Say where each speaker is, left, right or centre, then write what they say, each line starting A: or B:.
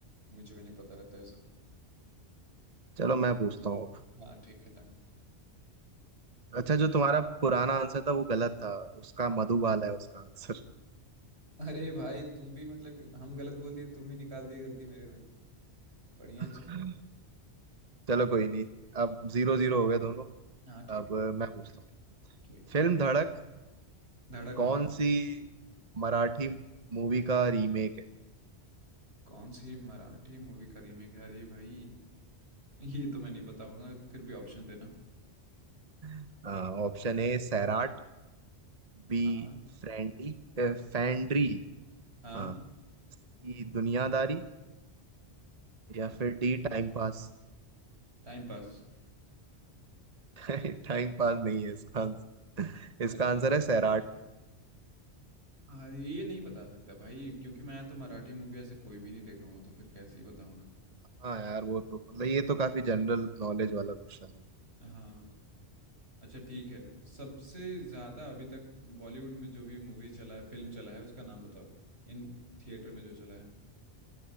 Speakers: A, on the right (about 70°); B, on the right (about 40°).
A: मुझे भी नहीं पता रहता है सब
B: चलो मैं पूछता हूँ
A: हाँ ठीक है डन
B: अच्छा जो तुम्हारा पुराना आंसर था वो गलत था उसका मधुबाला है उसका आंसर
A: अरे भाई तुम भी मतलब कि हम गलत बोल दिए तुम ही निकाल दिए गलती मेरे में बढ़िया
B: <laughs>
A: चल
B: चलो कोई नहीं अब जीरो जीरो हो गए दोनों
A: हाँ ठीक
B: अब
A: है
B: मैं पूछता हूँ
A: ठीक
B: फिल्म धड़क
A: धड़क
B: कौन
A: हाँ
B: सी मराठी मूवी का रीमेक है
A: कौन सी मराठी मूवी का रीमेक है अरे भाई ये तो मैं नहीं बता पाऊंगा फिर भी ऑप्शन देना
B: <laughs> Option A Sairat B
A: हाँ
B: फ्रेंडी अ, Fandry
A: हाँ
B: हाँ सी दुनियादारी या
A: हाँ
B: फिर डी टाइम पास
A: Time pass
B: <laughs> टाइम पास नहीं है इसका आंसर इसका
A: अरे
B: आंसर है सैराट
A: हाँ ये नहीं बता सकता भाई क्योंकि मैं तो मराठी मूवी ऐसे कोई भी नहीं देखा हूँ तो फिर कैसे ही बताऊंगा
B: हाँ यार वो तो मतलब ये तो काफी जनरल नॉलेज वाला क्वेश्चन हो गया
A: हाँ अच्छा ठीक है सबसे ज्यादा अभी तक बॉलीवुड में जो भी मूवी चला है फिल्म चला है उसका नाम बताओ इन थिएटर में जो चला है